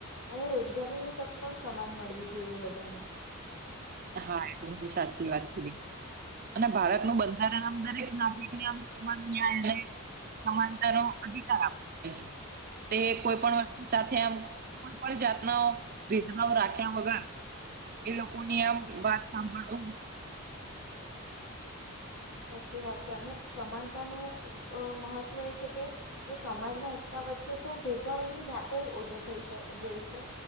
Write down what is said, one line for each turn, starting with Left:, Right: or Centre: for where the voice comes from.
Left: અને રોજગારીની તક પણ સમાન મળવી જોઈએ બધાને
Right: હા એ તો સાચી વાત કીધી અને ભારતનું બંધારણ આમ દરેક નાગરિકને આમ સમાન ન્યાય અને સમાનતા નો અધિકાર આપવો પડે છે તે કોઈ પણ વ્યક્તિ સાથે આમ કોઈ પણ જાતનો ભેદભાવ રાખ્યા વગર એ લોકો ની આમ વાત સાંભળતો <inaudible>
Left: સાચી વાત છે અને સમાનતાનું અ મહત્ત્વ એ છે કે જો સમાજમાં એકતા વધસે તો ભેદભાવ એની જાતે જ ઓછો થઈ જઈશે